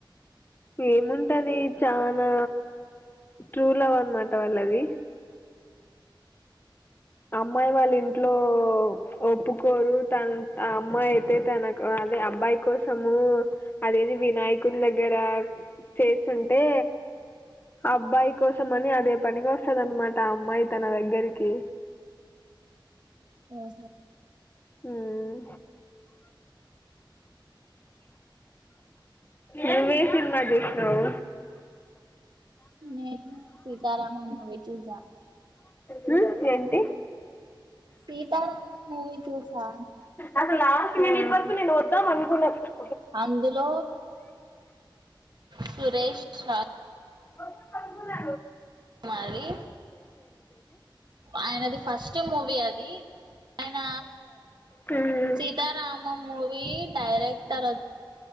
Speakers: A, on the left (about 25°); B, on the right (about 60°).
A: ఏముంటది చనా ట్రూ లవ్ అనమాట వాళ్ళది అమ్మాయి వాళ్ళ ఇంట్లో ఒప్పుకోరు తన ఆ అమ్మాయి అయితే తన అదే అబ్బాయి కోసము అదేది వినాయకుని దగ్గర చేస్తుంటే ఆ అబ్బాయి కోసం అని అదే పని వస్తంది అనమాట ఆ అమ్మాయి తన దగ్గరికి
B: ఆహ
A: ఉమ్ నువ్వే సినిమా చూసినావు
B: నేను సీతారామం మూవీ చూసా
A: హు ఏంటి
B: సీతారామం మూవీ చూసా
A: ఆది లాస్ట్ మట్ ఇవరకు నేను ఓ <unintelligible>
B: అందులో సురేష్ రా
A: వ పన్నా
B: మరి ఆయనది ఫస్ట్ మూవీ అది ఆయన
A: హ్మ్.
B: సీతారామ మూవీ డైరెక్టర్